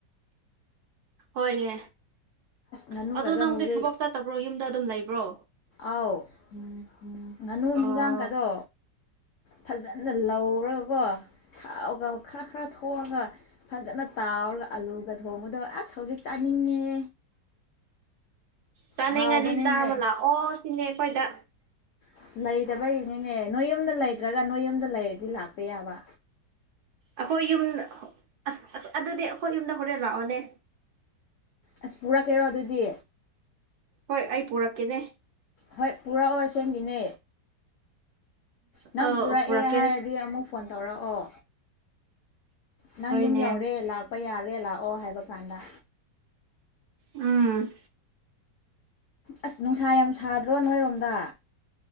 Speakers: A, on the right; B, on the left.
A: ꯍꯣꯏꯅꯦ ꯑꯁ
B: ꯉꯥꯅꯨꯒꯗꯣ
A: ꯑꯗꯣ ꯅꯪꯗꯤ
B: ꯍꯧꯖꯤꯛ
A: ꯊꯕꯛ ꯆꯠꯇꯕ꯭ꯔꯣ ꯌꯨꯝꯗ ꯑꯗꯨꯝ ꯂꯩꯕ꯭ꯔꯣ
B: ꯑꯥꯎ ꯎ ꯉꯥꯅꯨ
A: ꯑꯣ
B: ꯍꯤꯟꯖꯥꯡꯒꯗꯣ꯫ ꯐꯖꯅ ꯂꯧꯔꯒꯀꯣ꯫ ꯊꯥꯎꯒ ꯈꯔ ꯈꯔ ꯊꯣꯛꯑꯒ ꯐꯖꯅ ꯇꯥꯎꯔꯒ ꯑꯂꯨꯒ ꯊꯣꯡꯕꯗꯣ ꯑꯁ ꯍꯧꯖꯤꯛ ꯆꯥꯅꯤꯡꯉꯦ꯫
A: ꯆꯥꯅꯤꯡꯉꯗꯤ
B: ꯍꯥꯎꯕꯅꯦꯅꯦ
A: ꯆꯥꯕ ꯂꯥꯛꯑꯣ ꯁꯤꯅꯦ ꯑꯩꯈꯣꯏꯗ꯫
B: ꯑꯁ ꯂꯩꯇꯕꯩꯅꯤꯅꯦ ꯅꯣꯏ ꯌꯨꯝꯗ ꯂꯩꯇ꯭ꯔꯒ ꯅꯣꯏ ꯌꯨꯝꯗ ꯂꯩꯔꯗꯤ ꯂꯥꯛꯄ ꯌꯥꯕ꯫
A: ꯑꯩꯈꯣꯏ ꯌꯨꯝ ꯑꯁ ꯑꯗꯨꯗꯤ ꯑꯈꯣꯏ ꯌꯨꯝꯗ ꯍꯣꯔꯦꯟ ꯂꯥꯛꯑꯣꯅꯦ꯫
B: ꯑꯁ ꯄꯨꯔꯛꯀꯦꯔꯣ ꯑꯗꯨꯗꯤ꯫
A: ꯍꯣꯏ ꯑꯩ ꯄꯨꯔꯛꯀꯦꯅꯦ꯫
B: ꯍꯣꯏ ꯄꯨꯔꯛꯑꯣ ꯁꯦꯝꯒꯤꯅꯦ꯫ ꯅꯪ
A: ꯑ
B: ꯄꯨꯔꯛꯑꯦ
A: ꯄꯨꯔꯛꯀꯦꯅꯦ
B: ꯍꯥꯏꯔꯗꯤ ꯑꯃꯨꯛ꯫ ꯐꯣꯟ ꯇꯧꯔꯛꯑꯣ ꯅꯪ
A: ꯍꯣꯏꯅꯦ
B: ꯌꯨꯝ ꯌꯧꯔꯦ ꯂꯥꯛ ꯄ ꯌꯥꯔꯦ ꯂꯥꯛꯑꯣ ꯍꯥꯏꯕ ꯀꯥꯟꯗ
A: ꯎꯝ꯫
B: ꯑꯁ ꯅꯨꯡꯁꯥ ꯌꯥꯝ ꯁꯥꯗ꯭ꯔꯣ ꯅꯣꯏꯔꯣꯝꯗ꯫